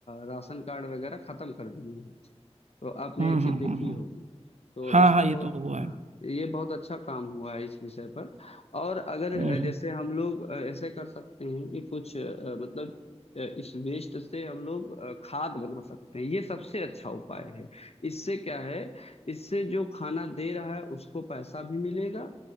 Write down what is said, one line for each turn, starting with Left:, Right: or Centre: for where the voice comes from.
Left: राशन कार्ड वगैरह खत्म कर दिए हैं तो आपने
Right: हम्म
Left: ये चीज
Right: हम्म
Left: देखी
Right: हम्म हम्म।
Left: होगी तो
Right: हाँ
Left: इसका
Right: हाँ
Left: बहुत
Right: ये तो हुआ
Left: हाँ
Right: है
Left: ये बहुत अच्छा काम हुआ है इस विषय पर और अगर
Right: हम्म
Left: अ,
Right: हम्म।
Left: जैसे हम लोग अ, ऐसे कर सकते हैं कि कुछ अ, मतलब अ, इस वेस्ट से हम लोग अ, खाद बना सकते हैं ये सबसे अच्छा उपाय है इससे क्या है इससे जो खाना दे रहा है उसको पैसा भी मिलेगा